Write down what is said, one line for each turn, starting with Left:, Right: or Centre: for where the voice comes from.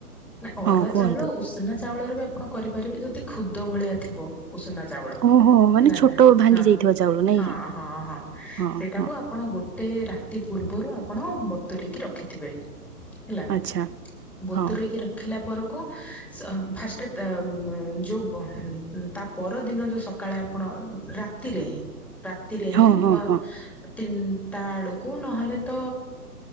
Centre: ନା ଅରୁଆ
Right: ହଁ କୁହନ୍ତୁ
Centre: ଚାଉଳ ଉଷନା ଚାଉଳରେ ବି ଆପଣ କରିପାରିବେ ଯଦି ଖୁଦ ଭଳିଆ ଥିବ। ଉଷୁନା ଚାଉଳ
Right: ଓହୋ ମାନେ
Centre: ହେଲା
Right: ଛୋଟ
Centre: ନା
Right: ଭାଙ୍ଗି
Centre: ହଁ
Right: ଯାଇଥିବା ଚାଉଳ ନାଇଁ
Centre: ହଁ
Right: କି?
Centre: ହଁ ହଁ
Right: ହଁ
Centre: ସେଇଟାକୁ
Right: ହଁ
Centre: ଆପଣ ଗୋଟେ ରାତି ପୂର୍ବରୁ ଆପଣ ବତୁରେଇକି ରଖିଥିବେ। ହେଲା
Right: ଆଚ୍ଛା
Centre: ବତୁରେଇକି
Right: ହଁ
Centre: ରଖ ରଖିଲା ପରକୁ ସ ଫାଷ୍ଟ ତା ଯଉ ପର ତା ପରଦିନ ଯୋଉ ସ ସକାଳେ ଆପଣ ରାତିରେ ହିଁ ରାତିରେ ହିଁ
Right: ହଁ ହଁ ହଁ
Centre: ଦିନ ତା ଆଡ଼କୁ ନହେଲେ ତ